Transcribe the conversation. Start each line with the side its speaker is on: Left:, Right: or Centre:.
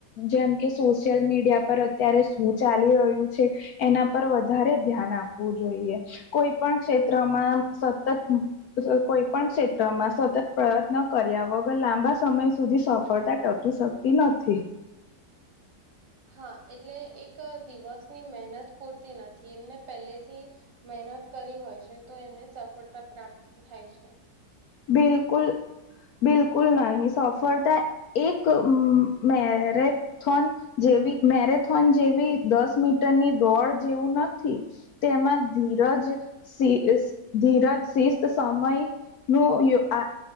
Left: જેમ કે સોશિયલ મીડિયા પર અત્યારે શું ચાલી રહ્યું છે એના પર વધારે ધ્યાન આપે જોઈએ કોઈ પણ ક્ષેત્રમાં સતત કોઈ પણ ક્ષેત્ર માં સતત પ્રયત્ન કર્યા વગર લાંબા સમય સુધી સફળતા ટકી શકતી નથી <inaudible>
Right: હા એટલે એક દિવસની મહેનત પૂરતી નથી એમને પહેલેથી મહેનત કરી હોય છે તો એમને સફળતા પ્રાપ્ત થાય છે
Left: બિલકુલ બિલકુલ નહીં સફળતા એક મેરે થોન જેવી મેરેથોન જેવી દસ મીટરની દોડ જેવું નથી. તેમાં ધીરજ, ધીરજ, શિસ્ત, સમય. નું આ